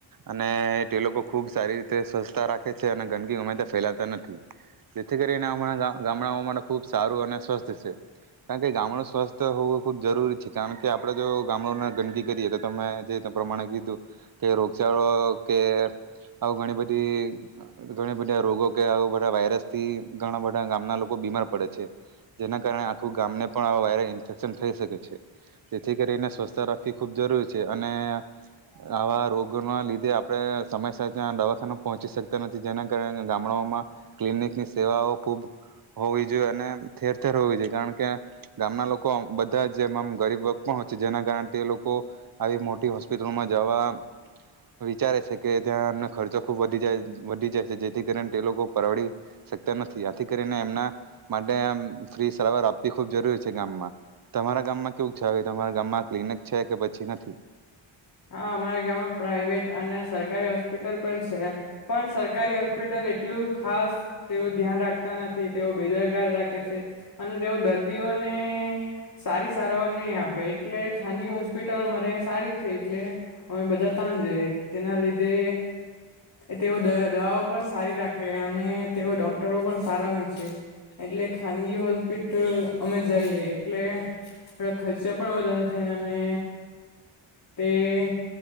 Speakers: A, on the right (about 45°); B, on the left (about 45°).
A: અને એ તે લોકોો ખુબ. સારી રીતે સ્વચસ્થતા રાખે છે અને ગંદકી ગમાઈતા ફેલાતા નથી જેથી કરીને હણાં ગામડાંઓ માટે ખૂબ સારું અને સ્વસ્થ છે કારણ કે ગામડું સ્વસ્થ હોવું ખૂબ જરૂરી છે કારણ કે આપણે જો. ગંદકી કરીએ તો તમે જે પ્રમાણે કીધું કે રોગચાળો કે આવ ઘણી બધી ઘણી બધા રોગો કે આવ બધા વાયરસ થી ઘણા બધા ગામના લોકો બીમાર પડે છે જેના કારણે આખું ગામને પણ આ વાયરસ ઇન્ફેક્શન થઈ શકે છે જેથી કરીને. સ્વસ્થ રાખવી ખૂબ જરૂરી છે અને આવા રોગોના લીધે આપણે સમયસ ત્યાં દવાખાના પહોંચી શકતા નથી જેના કારણે ગામડાઓમાં ક્લિનિકની સેવાઓ ખૂબ હોવી જોઈએ અને ઠેર ઠેર હોવી જોઈએ કારણ કે ગામના લોકો બધા જ એમમ ગરીબ વગ પહોંચી. જેના કારણે તે લોકો આવી મોટી હોસ્પિટલોમાં જવા. વિચારે છે, કે ત્યાં એમને ખર્ચો. ખૂબ વધી જાય વધી જાય છે, જેથી કરીને તે લોકો પરવડી શકતા નથી આથી કરીને એમના માટે આમ ફ્રી સારવાર આપવી ખૂબ જરૂરી છે, ગામમાં તમારા ગામમાં કેવું છે. ગામમાં ક્લિનિક છે, કે પછી નથી.
B: હા અમારા ગામમાં પ્રાાઈવેટ અને સરકારી હોસ્પિટલ પણ છે, પણ સરકારી હોસ્પિટલ એટલું ખાસ તેઓ ધ્યાન રાખતા નથી તેઓ બેદરકાર રાખે છે, અને તેઓ દર્દીઓને સારી સારવાર નહી આપે એટલે ખાનગી હોસ્પિટલોમાંરે સારી. એટલે અમે બધા ત જ જઈએ તેના લીધે તેઓ દવાઓ પણ સારી રાખે અને તેઓ ડોક્ટરો પણ સારા હોય છે, એટલે ખાનગી હોસ્પિટલ અમે જઈએ એટલે <unintelligible> ખર્ચા પણ વધારે છે, અને. તે.